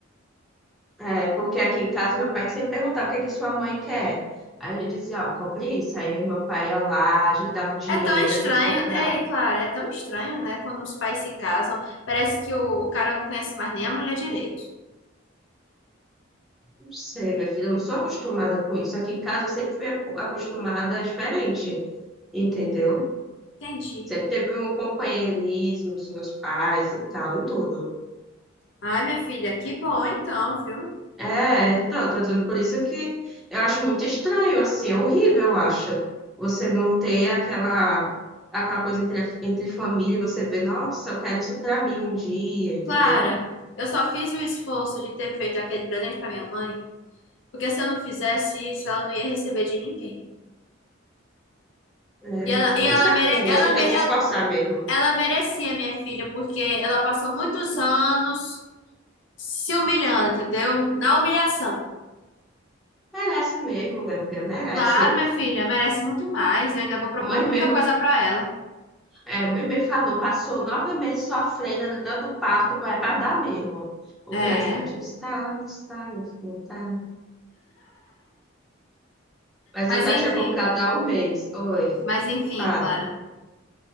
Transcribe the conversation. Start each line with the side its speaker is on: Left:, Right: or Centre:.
Centre: É, porque aqui em casa, meu pai sempre perguntava o que é que sua mãe quer. Aí a gente dizia, ó, compre isso. Aí meu pai ia lá, a gente dava o dinheiro,
Left: é tão estranho,
Centre: a gente comprava.
Left: é claro, é tão estranho, né? Quando os pais se casam, parece que o, o cara não conhece mais nem a mulher direito.
Centre: Não sei, minha filha, eu não sou acostumada com isso. Aqui em casa eu sempre fui aco- acostumada diferente, entendeu?
Left: Entendi.
Centre: Sempre teve um companheirismo dos meus pais e tal, e tudo.
Left: Ai, minha filha, que bom então, viu?
Centre: É, então, eu tô dizendo por isso que eu acho muito estranho, assim, é horrível, eu acho. Você não ter aquela, aquela coisa entre, a- entre família, e você vê, nossa, eu quero isso pra mim um dia, entendeu?
Left: Clara, eu só fiz o esforço de ter feito aquele presente para minha mãe, porque se eu não fizesse isso, ela não ia receber de ninguém.
Centre: É,
Left: E
Centre: minha
Left: ela,
Centre: filha,
Left: e ela,
Centre: você é
Left: mere,
Centre: filha,
Left: ela,
Centre: você
Left: me-
Centre: tem
Left: ela,
Centre: que se esforçar mesmo.
Left: ela merecia, minha filha, porque ela passou muitos anos se humilhando, entendeu? Na humilhação.
Centre: Merece mesmo, minha filha, merece.
Left: Claro, minha filha, merece muito mais. Eu ainda vou propor
Centre: Mãe
Left: muita
Centre: mesmo
Left: coisa para ela.
Centre: É, mãe me falou, passou nove meses sofrendo, dando parto, é para dar mesmo. O
Left: É,
Centre: presente está, está, meu filho, está. Mas
Left: mas
Centre: eu já
Left: enfim,
Centre: tinha comprado há um mês. Oi,
Left: mas enfim,
Centre: fale.
Left: Clara.